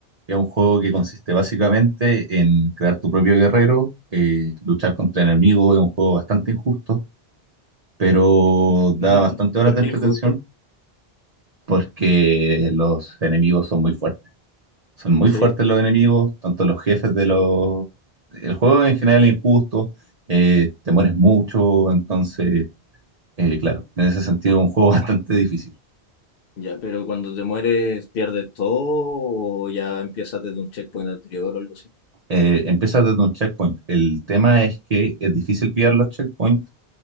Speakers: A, on the right; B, on the left.
A: que es un juego que
B: ¿Ya?
A: consiste básicamente en crear tu propio guerrero, eh, luchar contra enemigos, es un juego bastante injusto, pero
B: <laughs>
A: da bastante horas
B: ¿Por
A: de
B: qué
A: entretención
B: injusto?
A: porque los enemigos son muy fuertes. Son muy
B: ¿Sí?
A: fuertes los enemigos, tanto los jefes de los... El juego en general es injusto, eh, te mueres mucho, entonces, eh, claro, en ese sentido es un juego <laughs> bastante difícil.
B: Ya, pero cuando te mueres, ¿pierdes todo o ya empiezas desde un checkpoint anterior o algo así?
A: Eh, empiezas desde un checkpoint. El tema es que es difícil pillar los checkpoints